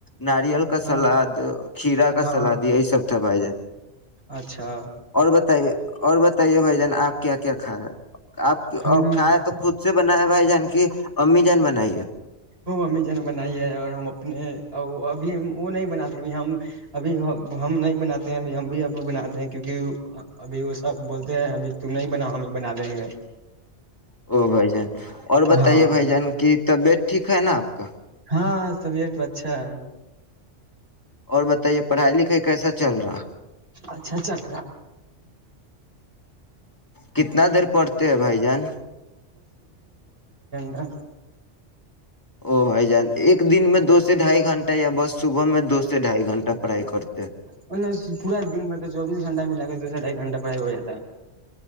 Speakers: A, on the left; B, on the right.
A: ناریل کا
B: ہاں
A: سلاد کھیرا کا
B: ہاں
A: سلاد یہی سب ا پائے جائ <unintelligible>
B: اچھا
A: اور بتائیے اور بتائیے بھائی جان آپ کیا کیا کیا کھا یا آپ
B: ہم
A: اور کھائے تو خود سے بنا بھائی جان کی امی جان بنائی ہے
B: وہ امی جا ن بنائی ہے اور ہم اپنےب اب وہ نہیں بناتے اب ہم ابھی ہم نہیں بناتے ہیں اب ہم اب ابو بناتے ہیں کیونکہ ابھی وہ سب بولتے ہیں اب تم نہیں بنا ہمیں بنا دیں گے
A: او بھائی جان اور بتائیے
B: ہاں
A: بھائی جن کی طبیعت ٹھیک ہے نا آ کا
B: ہاں سبیکٹ اچھا ہے
A: اور بتائیے پڑھائی لکھائی کیسا چل رہا
B: اچھاچ چل
A: کتنا دیر پڑتے ہے بھائی جان
B: آچھا
A: ا بھائی جان ایک دن میں دو سے ڈھائی گھنٹہ یا بس صبح میں دو سے ڈھائی گھنٹہ پڑھائی کرتے ہیں
B: مط پورا دن مطلب چوبیس گھنٹہ ملا کے دو سو ڈھائی گھنٹہ پڑھائی ہو جاتا